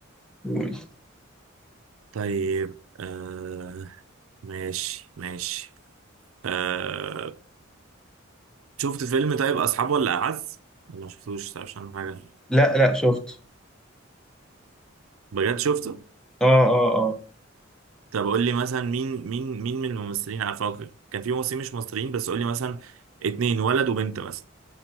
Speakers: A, in the centre; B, on the right.
A: قول.
B: طيب آه ماشي ماشي آه شفت فيلم طيب أصحاب ولا أعز؟ ولا ما شفتوش عشان حاجة
A: لا لا شفت
B: بجد شفته؟
A: اه اه اه
B: طب قول لي مثلا مين مين مين من الممثلين عارفه كان في ممثلين مش مصريين بس قول لي مثلا اتنين ولد وبنت مثلا